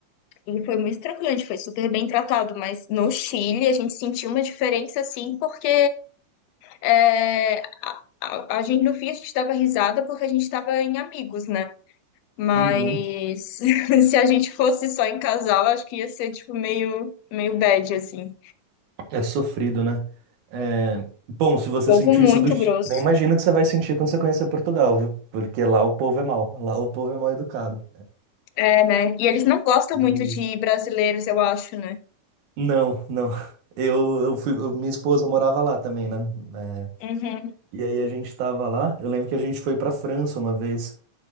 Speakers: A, on the left; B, on the right.
A: E foi muito tranquilo, a gente foi super bem tratado, mas no Chile a gente sentiu uma diferença, assim, porque é, a, a gente, no fim, a gente dava risada porque a gente estava em amigos, né? Mas
B: Uhum.
A: <laughs> se a gente fosse só em casal, acho que ia ser, tipo, meio, meio bad, assim.
B: É sofrido, né? É, Bom, se você
A: Povo
B: sentiu
A: muito
B: isso do Chile,
A: grosso.
B: nem imagino o que você vai sentir quando você conhecer Portugal, viu? Porque lá o povo é mau, lá o povo é mal educado.
A: É, né? E eles não gostam
B: Eu...
A: muito de brasileiros, eu acho, né?
B: Não, não. Eu, eu fui, eu- minha esposa morava lá também, né? É,
A: Uhum,
B: E aí a gente tava lá. Eu lembro que a gente foi pra França uma vez.